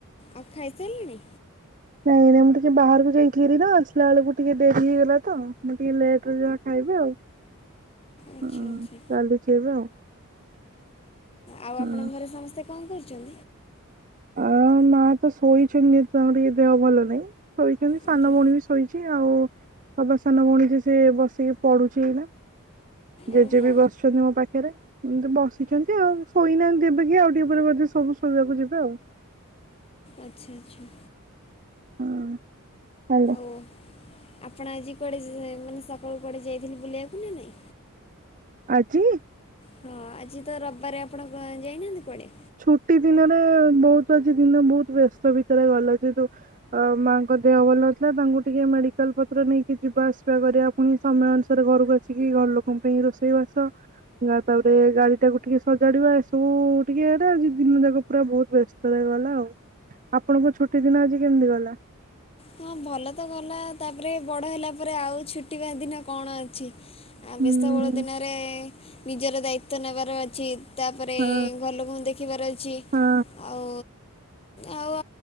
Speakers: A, on the left; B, on the right.
A: ଆଉ ଖାଇ ସାଇଲେଣି?
B: ନାଇଁ ନାଇଁ ମୁଁ ଟିକେ ବାହାରକୁ ଯାଇଥିଲିହେରି ନା ଆସିଲା ବେଳକୁ ଟିକେ ଡେରି ହେଇଗଲା ତ ମୁଁ ଟିକେ ଲେଟ ରେ ଯାହା ଖାଇବି ଆଉ।
A: ଆଚ୍ଛା
B: ହଁ
A: ଆଚ୍ଛା।
B: ଚାଲୁଛି ଏବେ ଆଉ।
A: ଆଉ
B: ହଁ।
A: ଆପଣଙ୍କ ଘରେ ସମସ୍ତେ କଣ କରୁଛନ୍ତି?
B: ଆଉ ମା ତ ଶୋଇଛନ୍ତି ତାଙ୍କର ଟିକେ ଦେହ ଭଲ ନାହିଁ। ଶୋଇଛନ୍ତି ସାନ
A: ଆଜ୍ଞା।
B: ଭଉଣୀ ବି ସ ଶୋଇଛି ଆଉ ସବା ସାନ ଭଉଣୀ ଯିଏ ସେ ବସିକି ପଢ଼ୁଛି ଏଇନା। ଜେଜେ
A: ଓହୋ
B: ବି ବସିଛନ୍ତି ମୋ ପାଖରେ। ଏମତି ବସିଛନ୍ତି ଆଉ ଶୋଇନାହାନ୍ତି ଏବେ କିଏ ଆଉ ଟିକେ ପ
A: ଆଚ୍ଛା, ଆଚ୍ଛା।
B: ହଁ ହ୍ୟାଲୋ
A: ଓ ଆପଣ ଆଜି କୁଆଡ଼େ ମାନେ ସକାଳୁ କୁଆଡ଼େ ଯାଇଥିଲେ ବୁଲିବାକୁ ନା ନାଇଁ?
B: ଆଜି
A: ହଁ ଆଜି ତ ରବିବାରେ ଆପଣ ଯାଇନାହାନ୍ତି କୁଆଡେ?
B: ଛୁଟି ଦିନରେ ବହୁତ ଆଜି ଦିନ ବହୁତ ବ୍ୟସ୍ତ ଭିତରେ ଗଲା ଯେହେତୁ ଆ ମାଙ୍କ ଦେହ ଭଲ ଥିଲା ତାଙ୍କୁ ଟିକେ ମେଡିକାଲ ପତ୍ର ନେଇକି ଯିବା ଆସିବା କରିବା ପୁଣି ସମୟ ଅନୁସାରେ ଘରକୁ ଆସିକି ଘର ଲୋକଙ୍କ ପାଇଁ ରୋଷେଇ ବାସ ନା ତାପରେ ଗାଡି ଟାକୁ ଟିକେ ସଜାଡିବା ଏସବୁ ଟିକେରେ ଆଜି ଦିନ ଯାକ ପୁରା ବହୁତ ବ୍ୟସ୍ତ ରେ ଗଲା ଆଉ ଆପଣଙ୍କ ଛୁଟି ଦିନ ଆଜି କେମିତି ଗଲା?
A: ହଁ ଭଲ ତ ଗଲା ତାପରେ ବଡ଼ ହେଲା ପରେ ଆଉ ଛୁଟିବା ଦିନ କଣ ଅଛି? ଆ
B: ହୁଁ
A: ବ୍ୟସ୍ତ ବଳ ଦିନରେ ନିଜର ଦାୟିତ୍ଵ ନେବାର ଅଛି ତାପରେ
B: ହଁ
A: ଘରଲୋକଙ୍କୁ ଦେଖିବାର ଅଛି।
B: ହଁ
A: ଆଉ ଆଉ